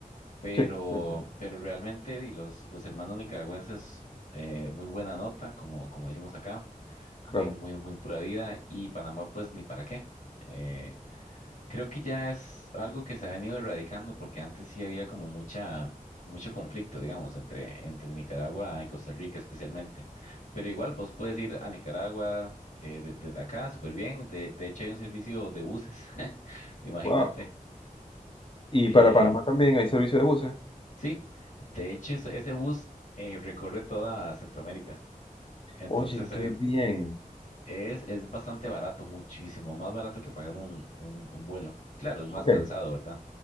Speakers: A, on the left; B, on the left.
A: Pero,
B: sí, sí,
A: pero realmente di, los, los hermanos nicaragüenses, eh, muy buena nota, como, como decimos acá
B: claro.
A: muy, muy, muy pura vida y Panamá pues ni para qué. Eh, creo que ya es algo que se ha venido erradicando porque antes sí había como mucha, mucho conflicto, digamos, entre, entre Nicaragua y Costa Rica especialmente. Pero igual vos puedes ir a Nicaragua eh, de- desde acá súper bien. De, de hecho hay un servicio de buses, <laughs> imagínate.
B: Wow. Y
A: Eh,
B: para Panamá también hay servicio de buses.
A: sí, de hecho es- ese bus eh, recorre toda Centroamérica. Entonces
B: Oye, qué bien.
A: Es, es bastante barato, muchísimo más barato que pagar un, un, un vuelo. Claro, es más
B: Ok,
A: cansado, ¿verdad?